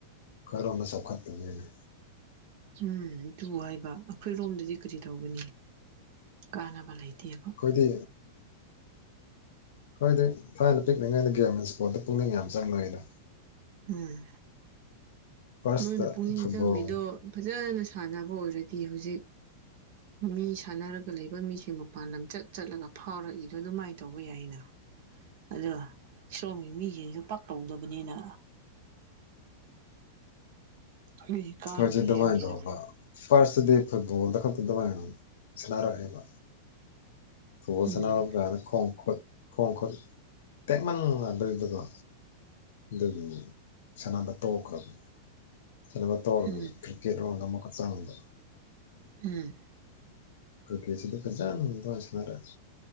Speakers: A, on the left (about 70°); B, on the right (about 50°).
A: ꯀꯔꫭꯝꯗ ꯆꯥꯎꯈꯠꯇꫭꯏꯅꯤ
B: ꯎꯝ ꯑꯗꯨꯕꯨ ꯍꯥꯏꯕ ꯑꯩꯈꯣꯏ ꯔꯣꯝꯗꯗꯤ ꯀꯔꯤ ꯇꯧꯒꯅꯤ ꯀꯥꯟꯅꯕ ꯂꯩꯇꯦ ꯇꯦꯕ
A: ꯑꯩꯈꯣꯏꯗꯤ ꯑꯈꫭꯏꯗꯤ ꯊꯥꯏꯅ ꯄꯤꯛꯂꯤꯉꯩꯗ ꯒꯦꯝ ꯏꯁꯄꯣꯠꯇ ꯄꯨꯛꯅꯤꯡ ꯌꯥꯝ ꯆꯪꯕꯅꯤꯗꯣ
B: ꯎꯝ
A: ꯐꯥꯔꯁꯇ
B: ꯅꯣꯏꯅ ꯄꯨꯛꯅꯤꯡ
A: ꯐꯨꯠꯕꯣꯜ
B: ꯆꯪꯕꯤꯗꯣ ꯐꯖꯅ ꯁꯥꯟꯅꯕ ꯑꯣꯏꯔꯗꯤ ꯍꯧꯖꯤꯛ
A: <inaudible>
B: ꯃꯤ ꯁꯥꯟꯅꯔꯒ ꯂꯩꯕ ꯃꯤꯁꯤꯡ ꯃꯄꯥꯟ ꯂꯝ ꯆꯠ ꯆꯠꯂꯒ ꯐꯥꯎꯔꯛꯏꯗꯣ ꯑꯗꯨꯃꯥꯏꯅ ꯇꯧꯕ ꯌꯥꯏꯅ ꯑꯗꯣ ꯁꯣꯝꯒꯤ ꯃꯤꯁꯤꯡꯁꯨ ꯄꯥꯛꯇꯧꯗꯕꯅꯤꯅ ꯑꯩꯈꯣꯏ ꯀꯥꯟꯅꯗꯦ
A: ꯀꯔꯖꯦ ꯑꯗꯨꯃꯥꯏꯇꯧꯕ
B: ꯍꯥꯏꯕꯅꯤꯅ
A: ꯐꯔꯁꯇꯗꯤ ꯐꯨꯠꯕꫭꯜꯗꯕ ꯈꯛꯇ ꯑꯗꯨꯃꯥꯏ ꯁꯅꯥꯔꯛꯑꯦꯕ ꯕꫭꯟ
B: ꯎꯝ
A: ꯁꯥꯟꯅꯕ ꯀꯥꯟꯗ ꯈꫭꯡ ꯈꯨꯠ ꯈꯣꯡ ꯈꯨꯠ ꯇꯦꯛꯃꯟꯗꯅꯤꯗꯨꯀꯣ ꯑꯗꯨꯒꯤꯅꯤ ꯁꯥꯟꯅꯕ ꯇꯣꯛꯈ꯭ꯔꯕ ꯁꯅꯕ ꯇꯧꯔꯗꯕ
B: ꯎꯝ
A: ꯀ꯭ꯔꯤꯛꯀꯦꯠ ꯔꯣꯗ ꯑꯃꯨꯛꯀ ꯆꯪꯕ
B: ꯎꯝ
A: ꯀꯔꯤꯀꯦꯠꯁꯤꯗꯤ ꯐꯖꯟ ꯑꯗꯨꯃꯥꯏ ꯁꯥꯟꯅꯔꯦ